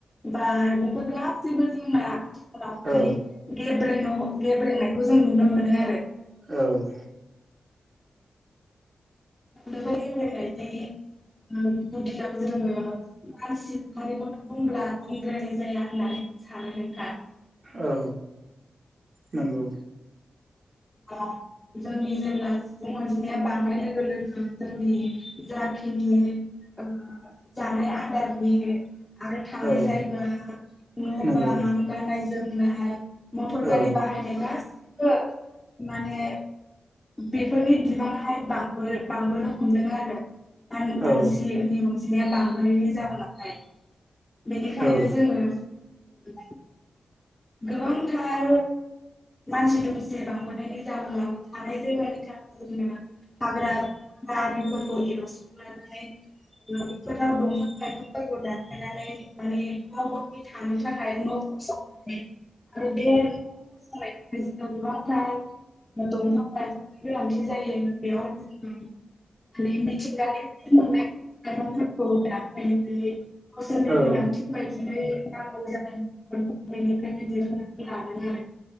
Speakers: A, on the left; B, on the right.
A: बार बेफोर गासैबो जोंना उनावहाय
B: औ
A: <unintelligible> न गेब्रेंनायखौ जों नुनो मोनो आरो
B: औ
A: बेफोर गेब्रेंनायनि ओ गुदियाव जोङो मानसि माहारिखौनो बुंब्ला बुंद्रायनाय जाया होननानै आं सानो नोंथां।
B: औ नंगौ
A: औ जोंनि जेब्ला सुबुं अनजिमाया बांनाय लोगो लोगो जोंनि जाखिनि ओ जानाय आदारनि आरो थानाय
B: औ
A: जायगा न'
B: नंगौ
A: बां गाननाय जोमनाय मटर गारि
B: औ
A: बाहायनाय गासिबबो माने बेफोरनि बिबांया फ्राय बांबो बांबोनो हमदों आरो। मान-मानसिनि
B: औ
A: उन अनजिमाया बां नायनि जाउनावहाय बेनिखायनो
B: औ
A: जोङो <unintelligible> गोबांथार मानसि दुमसि बांबोनायनि जाहोनाव थानाय जायगानि थाखाय जों हाग्रा बंग्राफोरखौ एवस्रांनानै <unintelligible> फोरखौ दानफायनानै माने गाव गावनि थानो थाखाय न' फसंनानै आरो बे मोसानायावहाय जो गोबांथार दंफां लाइफांनि गोनांथि जायो बेयाव जों माने मिथिंगानि मोननाय लाइफांफोरखौ दानफायनाय जायो। बोसोरनि
B: औ
A: गोनांथिं बायदियै नांगौ जानाय बेनिखायनो दिहुन्नानै लादों आरो।